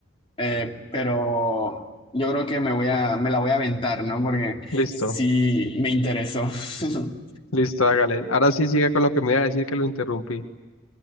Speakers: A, on the left; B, on the left.
A: eh, pero yo creo que me voy a, me la voy a aventar, ¿no? Porque
B: listo,
A: sí me interesó. <laughs>
B: listo, hágale. Ahora sí siga con lo que me iba a decir que lo interrumpí.